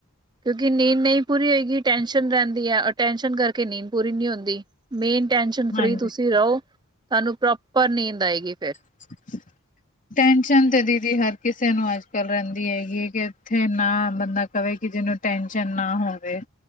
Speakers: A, on the right; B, on the left.
A: ਕਿਉਂਕਿ ਨੀਂਦ ਨਹੀਂ ਪੂਰੀ ਹੋਏਗੀ ਟੈਸ਼ਨ ਰਹਿੰਦੀ ਹੈ ਅਟੈਸ਼ਨ ਕਰਕੇ ਨੀਂਦ ਪੂਰੀ ਨਹੀਂ ਹੁੰਦੀ। ਮੇਨ ਟੈਨਸ਼ਨ
B: ਹਾਂਜੀ
A: ਫਰੀ ਤੁਸੀਂ ਰਹੋ ਤੁਹਾਨੂੰ ਪ੍ਰੋਪਰ ਨੀਂਦ ਆਏਗੀ ਫੇਰ।
B: ਅੱ <unintelligible> ਟੈਨਸ਼ਨ ਤੇ ਦੀਦੀ ਹਰ ਕਿਸੇ ਨੂੰ ਅੱਜ ਕੱਲ੍ਹ ਰਹਿੰਦੀ ਹੈਗੀ ਹੈ ਕਿ ਇੱਥੇ ਨਾ ਬੰਦਾ ਕਵੇ ਕਿ ਜਿਹਨੂੰ ਟੈਂਸ਼ਨ ਨਾ ਹੋਵੇ